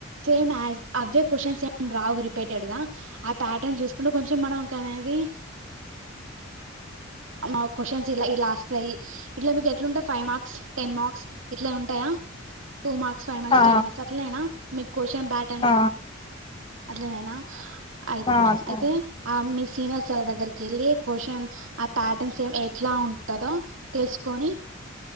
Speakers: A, on the right; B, on the left.
A: సేమ్ ఆ అవే కశ్చన్ ఏం రావు రి పెట్టాడుగా ఆ ప్యాటర్న్ చూసుకుంటే కొంచెం మనం కనేది మా క్వశ్చన్స్ ఇలా ఇలాస్తాయి ఇట్లా మీకు ఎట్లుంటయి ఫైవ్ మార్క్స్ టెన్ మార్క్స్ ఇట్లా ఉంటాయా టూ మార్క్స్ ఫైవ్ మార్క్స్
B: ఆ
A: టెన్ మార్స్ అట్లనేనా మీకు క్వశ్చన్ బ్యాటన్
B: ఆ
A: అట్లా నేనా అయి
B: ఆ అట్లానే
A: అయితే ఆ మీ సీనియర్ సాల దగ్గరకి వెళ్లి క్వశ్చన్ ఆ ప్యాటర్న్స్ ఏ ఎట్లా ఉంటదో తెలుసుకని